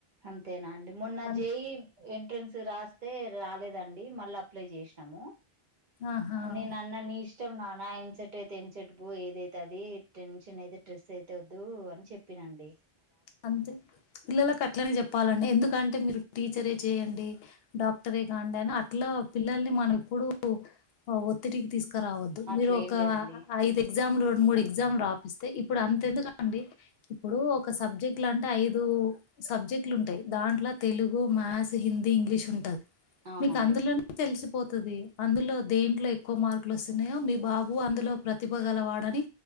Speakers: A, on the right; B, on the left.
A: అంతేనా అండి మొన్న
B: అన్
A: జెఇ ఎంట్రెన్స్ రాస్తే రాలేదండి మళ్ళ అప్లై చేసినాము
B: ఆహా
A: నేను అన్న నీ ఇష్టం నా నా ఎంసెట్ అయితే ఎంసెట్ పో ఏదైతే అది టెన్షన్ అయితే స్ట్రెస్ అయితే వద్దు అని చెప్పిన అండి
B: అంతే పిల్లలకు అట్లనే చెప్ ప్పాలండి ఎందుకంటే మీరు టీచరే చేయండి డాక్టరే కాండి అని అట్లా పిల్లల్ని మనం ఎప్పుడూ ఒత్తిడికి తీసుకు రావద్దు
A: అట్లే
B: మీరు ఒక
A: ఏం లేదండి
B: ఐదు ఎగ్జామ్లు మూడు ఎగ్జామ్ రా ఇప్పుడు అంతెందుకండి ఇప్పుడు ఒక స్ సబ్జెక్టులు అంటే ఐదు సబ్జెక్టులు ఉంటాయి దాంట్లో తెలుగు, మ్యాథ్స్, హిందీ, ఇంగ్లీష్, ఉంటయి
A: అవునండి
B: మీకు అందులోనే తెలిసు పోతది అందులో దేంట్లో ఎక్కువ మార్కులు వస్తున్నాయో మీ బాబు అందులో ప్రతిభ గలవాడని